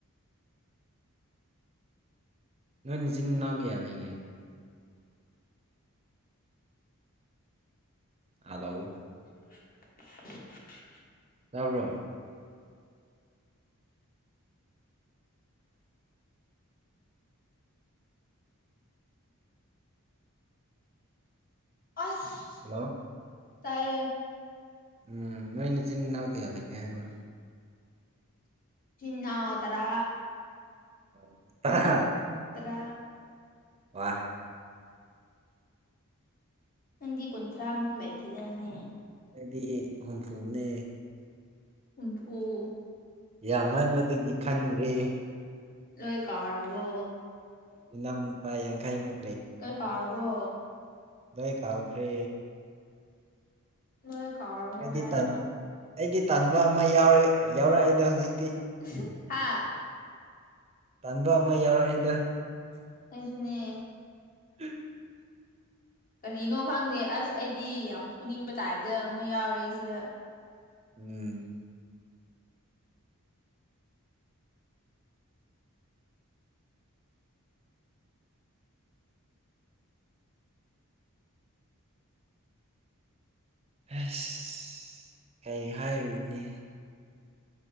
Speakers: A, on the right (about 30°); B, on the left (about 40°).
A: ꯅꯣꯏ ꯅꯆꯤꯟ ꯅꯅꯥꯎ ꯀꯌꯥ ꯂꯩꯒꯦ ꯍꯜꯂꯣ
B: <inaudible>
A: ꯇꯥꯕ꯭ꯔꯣ
B: ꯑꯁ
A: ꯍꯜꯂꯣ
B: ꯇꯥꯏꯌꯦ
A: ꯎꯝ ꯅꯣꯏ ꯅꯆꯤꯟ ꯅꯥꯎ ꯀꯌꯥ ꯂꯩꯒꯦ ꯍꯥꯏꯕ
B: ꯏꯆꯤꯟ ꯅꯥꯎ ꯇꯔꯥ
A: ꯑꯣ ꯍꯥ
B: ꯇꯔꯥ
A: ꯋꯥ
B: ꯅꯪꯗꯤ ꯀꯨꯟꯊ꯭ꯔꯥꯃꯨꯛ ꯂꯩꯈꯤꯗꯥꯏꯅꯦ
A: ꯑꯩꯗꯤ ꯍꯨꯝꯐꯨꯅꯦ
B: ꯍꯨꯝꯐꯨ
A: ꯌꯥꯝꯃꯟꯕꯗꯒꯤ ꯈꯪꯗ꯭ꯔꯦ
B: ꯂꯣꯏ ꯀꯥꯎꯔꯕꯣ
A: ꯏꯅꯥꯎ ꯅꯨꯄꯥ ꯌꯥꯡꯈꯩ ꯃꯨꯛ
B: ꯂꯣꯢ ꯀꯥꯎꯔꯕꯣ
A: ꯂꯣꯏ ꯀꯥꯎꯈ꯭ꯔꯦ
B: ꯅꯣꯏ ꯀꯥꯎꯔꯕꯣ
A: ꯑꯩꯗꯤ
B: ꯍꯥꯏꯕ
A: ꯇꯟ ꯑꯩꯗꯤ ꯇꯟꯕꯥ ꯑꯃ ꯌꯥꯎꯔꯦ ꯌꯥꯎꯔꯛꯑꯦꯗ ꯍꯧꯖꯤꯛ
B: ꯏꯍꯤ ꯍꯥ
A: ꯇꯟꯕꯥ ꯑꯃ ꯌꯥꯎꯔꯛꯑꯦꯗ
B: ꯑꯩꯁꯨꯅꯦ
A: <inaudible>
B: ꯀꯔꯤꯅꯣ ꯈꯪꯗꯦ ꯑꯁ ꯑꯩꯗꯤ ꯌꯥꯝ ꯐꯨꯅꯤꯡꯕ ꯇꯥꯏꯞꯇ ꯑꯃ ꯌꯥꯎꯔꯛꯑꯦ ꯁꯤꯗ
A: ꯎꯝ ꯑꯁ ꯀꯩ ꯍꯥꯏꯔꯨꯅꯦ